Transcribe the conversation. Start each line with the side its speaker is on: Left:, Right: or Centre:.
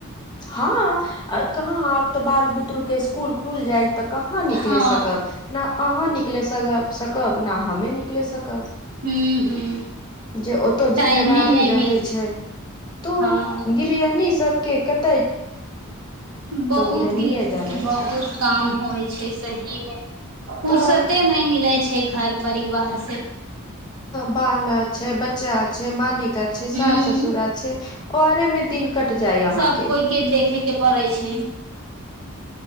Left: हां, कहाँ आब त बाल बुतरू के स्कुल खुल जाइ त कहाँ निकले
Right: हँ
Left: सकब ने अहाँ निकले सकब ने हमे निकले सकब
Right: हूं हूं
Left: जे ओतौ
Right: टाइमे
Left: जिम्मेवारी
Right: नहि
Left: रहै
Right: मिल
Left: छै, त
Right: हँ
Left: गृहणी सब के कत
Right: बहुत
Left: गृहणीये
Right: गेल,
Left: जानै
Right: बहुत
Left: छै
Right: काम होइ छै सही मे। फुर्सते
Left: तऽ
Right: नै मिलै छै घर परिवार से।
Left: बालक छै बच्चा छै मालिक। छै
Right: हूँ
Left: सास- ससुर एल छै। ओरे मे दिन कट जाय अहा
Right: सब
Left: के।
Right: कोइ देखे के पड़ै छै।